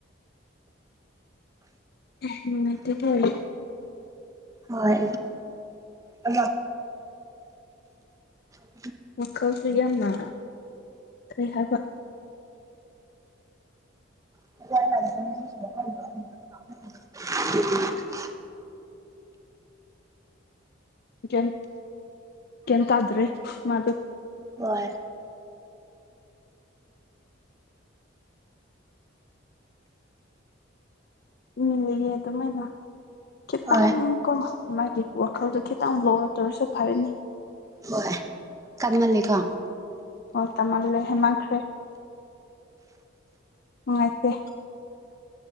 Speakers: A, on the left; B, on the right.
A: ꯑꯦ ꯅꯨꯪꯉꯥꯏꯇꯦ <unintelligible>
B: ꯍꯣꯏ ꯎꯝ <unintelligible>
A: ꯋꯥꯈꯜꯁꯨ ꯌꯥꯝꯅ ꯀꯔꯤ ꯍꯥꯏꯕ
B: <inaudible>
A: ꯀ꯭ꯌꯤꯝ ꯀꯩꯝ ꯇꯥꯗ꯭ꯔꯤ ꯃꯥꯗꯨ
B: ꯋꯣꯏ
A: ꯎꯝ ꯂꯩꯌꯦ ꯑꯗꯨꯃꯥꯏꯅ ꯈꯤꯇꯪ
B: ꯍꯣꯏ
A: ꯀꯣ ꯃꯥꯒꯤ ꯋꯥꯈꯜꯗꯣ ꯈꯤꯇꯪ ꯂꯣꯋꯔ ꯇꯧꯔꯁꯨ ꯐꯔꯅꯤ
B: ꯍꯣꯏ ꯀꯟꯃꯜꯂꯤꯀꯣ
A: ꯑꯣ ꯇꯝꯃꯜꯂꯦ ꯍꯦꯟꯃꯟꯈ꯭ꯔꯦ ꯅꯨꯡꯉꯥꯏꯇꯦ